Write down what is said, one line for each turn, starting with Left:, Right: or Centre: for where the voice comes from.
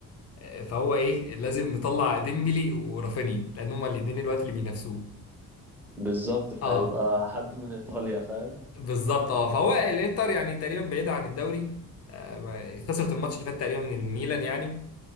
Left: آه، فهو ايه لازم نطلع ديمبلي ورافينيا لان هما الاثنين الوقت اللي بينافسوه
Centre: بالظبط فهيبقى
Left: اه
Centre: حد من ايطاليا فاهم
Left: بالظبط اه فهو الانتر يعني تقريبا بعيده عن الدوري آه، ما- خسرت الماتش اللي فات تقريبا من الميلان يعني